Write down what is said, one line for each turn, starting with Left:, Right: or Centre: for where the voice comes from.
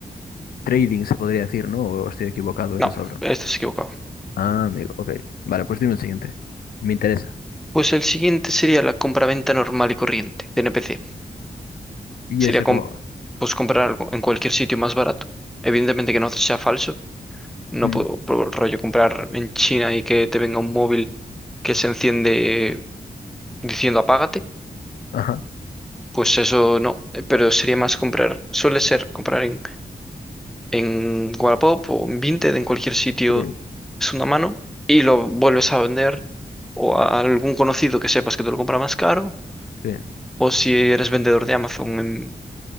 Left: Trading se podría decir, ¿no? O estoy equivocado, ese
Centre: No,
Left: es otro.
Centre: estás equivocado.
Left: Ah, amigo, ok. Vale, pues dime el siguiente. Me interesa.
Centre: Pues el siguiente sería la compraventa normal y corriente de NPC.
Left: ¿Y
Centre: Sería
Left: eso
Centre: com-
Left: cómo va?
Centre: pues comprar algo en cualquier sitio más barato. Evidentemente que no sea falso. No
Left: Mm,
Centre: puedo, por rollo comprar en China y que te venga un móvil que se enciende diciendo apágate,
Left: Ajá.
Centre: pues eso no, eh, pero sería más comprar, suele ser comprar en, en Wallapop o en Vinted, en cualquier sitio,
Left: Sí,
Centre: es una mano, y lo vuelves a vender o a algún conocido que sepas que te lo compra más caro,
Left: sí.
Centre: o si eres vendedor de Amazon en,